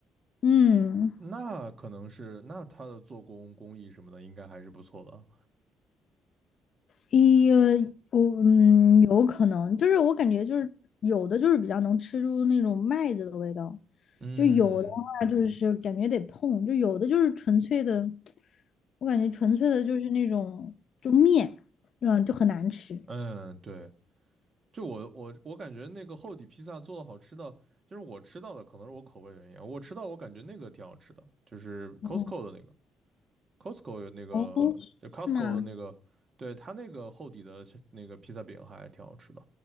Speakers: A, on the left; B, on the right.
A: 嗯，
B: 那可能是那它的做工工艺什么的应该还是不错的。
A: 一，我嗯，有可能，就是我感觉就是有的就是比较能吃出那种麦子的味道，
B: 嗯
A: 就有的话就是感觉得碰，就有的就是纯粹的，我感觉纯粹的就是那种就面，嗯，就很难吃。
B: 嗯，对，就我我我感觉那个厚底披萨做的好吃的，就是我吃到的可能是我口味原因啊，我吃到我感觉那个挺好吃的，就是 Costco
A: 嗯，
B: 的那个。Costco 有那个，
A: 哦，是吗？
B: 就 Costco 的那个，对，它那个厚底的是那个披萨饼还挺好吃的，